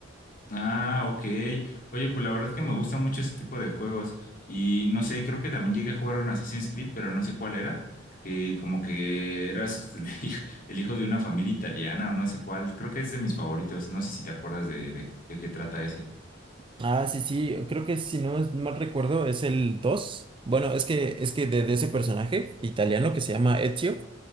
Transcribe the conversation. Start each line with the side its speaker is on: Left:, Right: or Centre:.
Left: Ah, ok. Oye, pues la verdad es que me gusta mucho ese tipo de juegos. Y no sé, creo que también llegué a jugar un Assassin's Creed, pero no sé cuál era. Que como que eras <laughs> el hij- el hijo de una familia italiana o no sé cuál. Creo que es de mis favoritos. No sé si te acuerdas de, de, de qué trata ese.
Right: Ah, sí, sí, creo que si no es mal recuerdo es el 2. Bueno, es que es que de, de ese personaje italiano que se llama Ezio,